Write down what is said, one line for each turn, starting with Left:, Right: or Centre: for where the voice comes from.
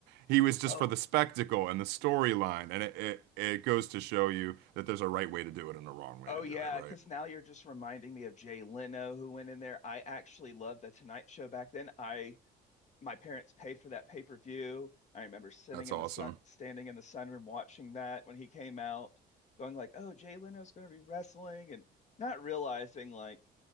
Right: He was just
Left: Oh
Right: for the spectacle and the storyline. And it, it, it goes to show you that there's a right way to do it and a wrong way
Left: Oh
Right: to do
Left: yeah,
Right: it, right?
Left: because now you're just reminding me of Jay Leno who went in there. I actually loved the Tonight Show back then. I my parents paid for that pay-per-view. I remember sitting
Right: That's
Left: in
Right: awesome.
Left: the sun, standing in the sunroom watching that when he came out, going like, "Oh, Jay Leno's going to be wrestling," and not realizing like,